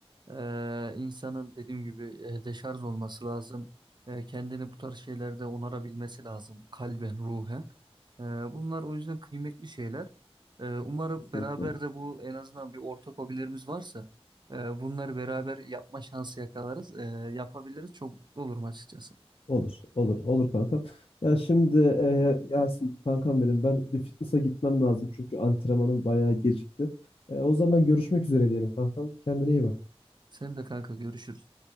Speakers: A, on the right; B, on the left.
A: Ee, insanın dediğim gibi e, deşarj olması lazım. E, kendini bu tarz şeylerde onarabilmesi lazım kalben, ruhen. E, bunlar o yüzden kıymetli şeyler. E, umarım
B: kesinlikle.
A: beraber de bu en azından bir ortak hobilerimiz varsa e, bunları beraber yapma şansı yakalarız, e, yapabiliriz. Çok mutlu olurum açıkçası.
B: Olur, olur, olur kankam. Ya şimdi e, Yasin kankam benim ben bir fitness'a gitmem lazım çünkü antrenmanım bayağı gecikti. E, o zaman görüşmek üzere diyelim kankam. Kendine iyi bak.
A: Sen de kanka görüşürüz.